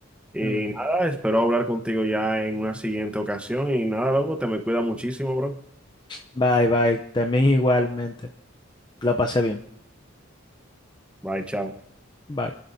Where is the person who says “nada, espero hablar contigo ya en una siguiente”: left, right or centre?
Centre